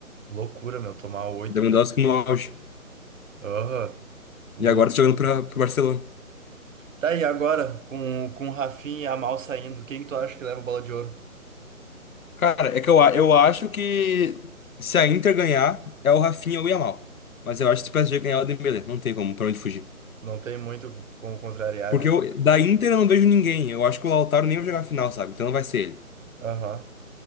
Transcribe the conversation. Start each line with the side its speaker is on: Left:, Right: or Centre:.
Right: Loucura, meu, tomar oito,
Left: Lewandowski
Right: cara.
Left: no auge.
Right: Aham, loucura.
Left: E agora tá jogando pra, pro Barcelona.
Right: Tá aí agora, com, com o Rafinha e a Mal saindo, quem tu acha que leva a bola de ouro?
Left: Cara, é que eu, a- eu acho que se a Inter ganhar, é o Rafinha ou o Yamal. Mas eu acho que se o PSG ganhar, é o Dembélé. Não tem como, pra onde fugir.
Right: Não tem muito como contrariar,
Left: Porque
Right: né?
Left: eu- da Inter eu não vejo ninguém. Eu acho que o Lautaro nem vai jogar a final, sabe? Então não vai ser ele.
Right: Aham.